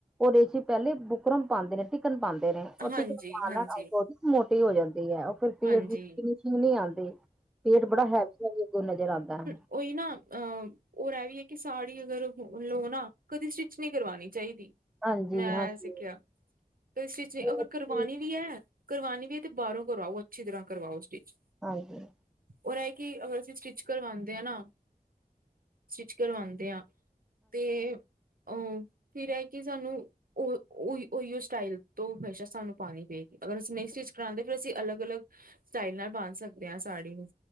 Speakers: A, in the centre; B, on the right.
A: ਉਦੇ ਚ ਪਹਿਲੇ ਬੁਕਰਮ ਪਾਂਦੇ ਨੇ, ਟਿਕਨ ਪਾਂਦੇ ਨੇ।
B: ਹਾਂਜੀ,
A: ਟਿਕਨ ਪਾਨ
B: ਹਾਂਜੀ,
A: ਨਾਲ ਕੁੱਝ ਮੋਟੀ ਹੋ ਜਾਂਦੀ ਐ, ਉਹ ਫਿਰ ਪੇਟ
B: ਹਾਂਜੀ
A: ਦੀ ਫਿਨਿਸ਼ਿੰਗ ਨੀ ਆਂਦੀ। ਪੇਟ ਬੜਾ ਹੈਵੀ-ਹੈਵੀ ਅੱਗੋ ਨਜ਼ਰ ਆਂਦਾ ਐ।
B: ਓਹੀ ਨਾ ਅ ਔਰ ਏਹ ਵੀ ਐ ਕਿ ਸਾੜੀ ਅਗਰ ਹੋ ਲੋ ਨਾ, ਕਦੀ ਸਟਿੱਚ ਨੀ ਕਰਵਾਣੀ ਚਾਈਦੀ।
A: ਹਾਂਜੀ
B: ਮੈਂ
A: ਹਾਂਜੀ
B: ਸਿੱਖਿਆ, ਘਰੀ ਸਟਿਚ ਨੀ
A: ਹਾਂਜੀ
B: ਅਗਰ ਕਰਵਾ ਕਰਵਾਣੀ ਵੀ ਐ, ਕਰਵਾਣੀ ਵੀ ਐ ਤੇ ਬਾਹਰੋਂ ਕਰਾਓ, ਅੱਛੀ ਤਰ੍ਹਾਂ ਕਰਵਾਓ ਸਟਿੱਚ।
A: ਹਾਂਜੀ।
B: ਔਰ ਏਹ ਕੀ ਅਗਰ ਅਸੀਂ ਸਟਿਚ ਕਰਵਾਦੇ ਆ ਨਾ, ਸਟਿਚ ਕਰਵਾਂਦੇ ਆ ਤੇ ਅ, ਫਿਰ ਏਹ ਕਿ ਸਾਨੂੰ, ਉਹ ਉਈ ਉਈਓ ਸਟਾਈਲ ਤੋਂ ਹਮੇਸ਼ਾ ਸਾਨੂੰ ਪਾਨੀ ਪੇ ਅਗਰ ਅਸੀਂ ਨਈ ਸਟਿਚ ਕਰਾਂਦੇ, ਫਿਰ ਅਸੀਂ ਅਲੱਗ-ਅਲੱਗ, ਸਟਾਈਲ ਨਾਲ ਬੰਨ ਸਕਦੇ ਆ ਸਾੜੀ ਨੂੰ।